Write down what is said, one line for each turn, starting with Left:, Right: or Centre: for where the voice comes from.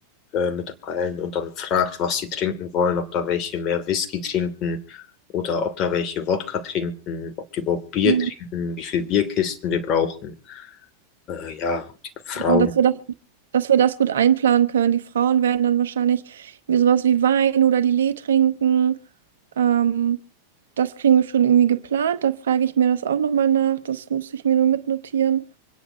Left: äh, mit allen und dann fragt, was sie trinken wollen, ob da welche mehr Whisky trinken oder ob da welche Wodka trinken, ob die überhaupt Bier
Right: Mhm.
Left: trinken, wie viel Bierkisten wir brauchen. Äh, ja, ob die Frauen,
Right: Und dass wir das, dass wir das gut einplanen können. Die Frauen werden dann wahrscheinlich irgendwie sowas wie Wein oder Lillet trinken. Ähm, das kriegen wir schon irgendwie geplant. Da frage ich mir das auch nochmal nach. Das muss ich mir nur mitnotieren.